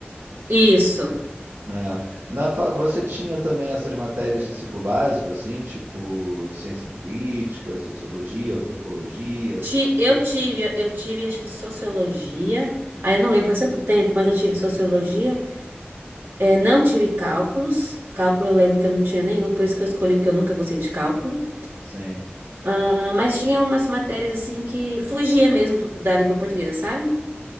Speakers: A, on the right; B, on the right.
A: isso.
B: É. Na fa- Você tinha também essas matérias de ciclo básico, assim, tipo ciência política, sociologia, antropologia, essas
A: Ti-
B: coisas?
A: eu tive, eu tive acho que sociologia. Aí eu não lembro, faz tanto tempo, mas eu tive sociologia. É, não tive cálculos. Cálculo eu lembro que eu não tinha nenhum, por isso que eu escolhi, porque eu nunca gostei de cálculo.
B: Sim.
A: Ah, mas tinha umas matérias assim que fugia mesmo do- da língua portuguesa, sabe?